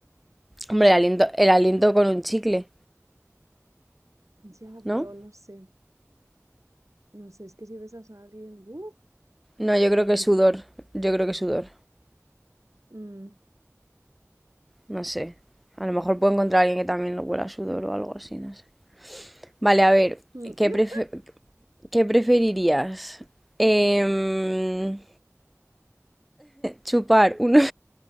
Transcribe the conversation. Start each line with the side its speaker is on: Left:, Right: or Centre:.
Centre: Hombre, el aliento, el aliento con un chicle,
Right: Ya,
Centre: ¿no?
Right: pero no sé. No sé, es que si besas a alguien, ¡uh!
Centre: No, yo
Right: Qué
Centre: creo
Right: mal,
Centre: que sudor.
Right: qué mal.
Centre: Yo creo que sudor.
Right: Mm.
Centre: No sé. A lo mejor puedo encontrar a alguien que también lo huela a sudor o algo así, no sé. Vale, a ver,
Right: Mm.
Centre: ¿qué prefe- qué preferirías? Em, chupar uno-